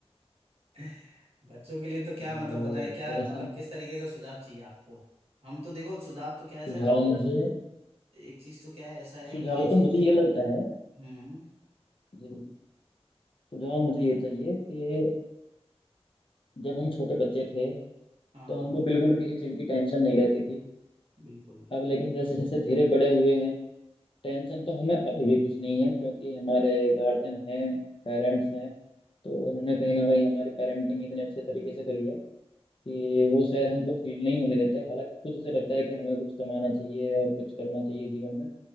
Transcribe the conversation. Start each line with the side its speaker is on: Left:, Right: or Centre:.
Right: <laughs> बच्चों के लिए तो क्या
Left: तो
Right: मतलब बताए क्या
Left: थोड़ा सा
Right: मतलब किस तरीके का सुझाव चाहिए आपको हम तो देखो सुझाव तो क्या है सर
Left: सुझाव मुझे
Right: एक चीज तो क्या है ऐसा है
Left: सुझाव
Right: कि ये
Left: तो
Right: चीज
Left: मुझे ये लगता है
Right: हम्म
Left: जी, सुझाव मुझे ये चाहिए कि जब हम छोटे बच्चे थे तो
Right: हाँ हाँ
Left: हमको बिल्कुल किसी चीज़ की टेंशन नहीं रहती थी
Right: बिल्कुल
Left: अब लेकिन जैसे जैसे धीरे बड़े हुए हैं टेंशन तो हमें अभी भी कुछ नहीं है क्योंकि हमारे गार्जियन हैं पेरेंट्स हैं तो उन्होंने कहीं ना कहीं हमारी पेरेंटिंग इतने अच्छे तरीके से करी है कि वो शायद हमको फील नहीं होने देते हालांकि खुद से लगता है कि हमें कुछ कमाना चाहिए और कुछ करना चाहिए जीवन में